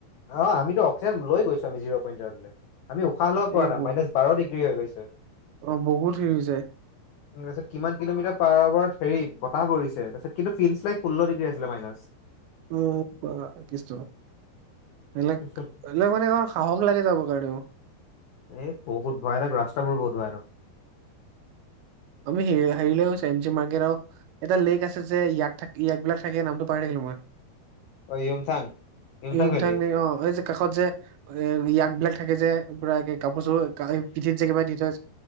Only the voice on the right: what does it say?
এই
ব
অ' বহুত হেৰি হৈ যায়।
অ কিছ বিলাক।
সেইবাবে, মানে সাহস লাগে যাব কাৰণেও।
আমি হেই হেৰি লে গৈছিলোঁ চেইনচি মাৰ্কেট। এটা লেক আছে যে, ইয়াক থাকিলে ইয়াক বিলাক থাকে নামটো পাহৰি থাকিলো মই।
হুমঠং
নি অ এই যে। কাষত যে, এ ইয়াক বিলাক থাকে যে পুৰা ৱে কাপোৰ চাপোৰ এই পিঠিত যে কিবা দি থয় যে